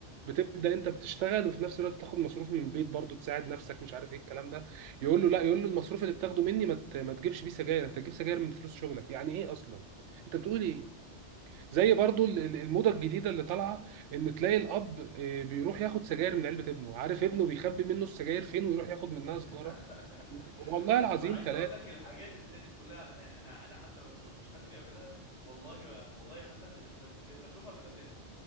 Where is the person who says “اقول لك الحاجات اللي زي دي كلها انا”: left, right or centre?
Left